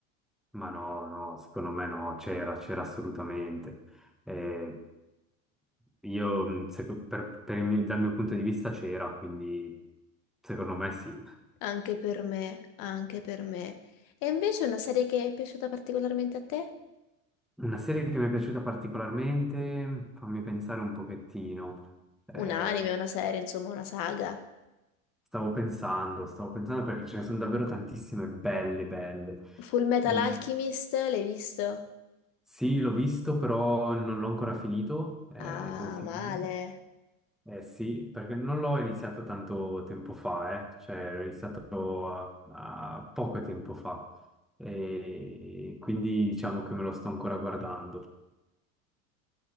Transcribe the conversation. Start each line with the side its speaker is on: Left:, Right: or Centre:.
Centre: ma no, no, secondo me no, c'era, c'era assolutamente. Eh, io, mh, seco- per- per il mio- dal mio punto di vista c'era, quindi secondo me sì.
Left: Anche per me, anche per me. E invece una serie che è piaciuta particolarmente a te?
Centre: Una serie che mi è piaciuta particolarmente, fammi pensare un pochettino. Eh,
Left: Un anime, una serie, insomma, una saga.
Centre: stavo pensando, stavo pensando perché ce ne sono davvero tantissime belle, belle.
Left: Full Metal
Centre: Mm,
Left: Alchemist, l'hai visto?
Centre: sì, l'ho visto, però non l'ho ancora finito, eh,
Left: Ah,
Centre: devo finirlo.
Left: male.
Centre: Eh sì, perché non l'ho iniziato tanto tempo fa, eh. Cioè l'ho iniziato a, a poco tempo fa e quindi diciamo che me lo sto ancora guardando.